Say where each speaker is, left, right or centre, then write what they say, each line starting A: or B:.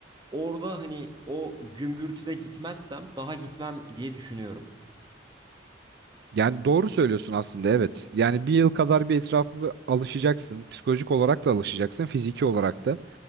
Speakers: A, on the right; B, on the right.
A: Orada hani o gümbürtüde gitmezsem daha gitmem diye düşünüyorum.
B: Yani doğru söylüyorsun aslında evet. Yani bir yıl kadar bir etrafı alışacaksın. Psikolojik olarak da alışacaksın. Fiziki olarak da.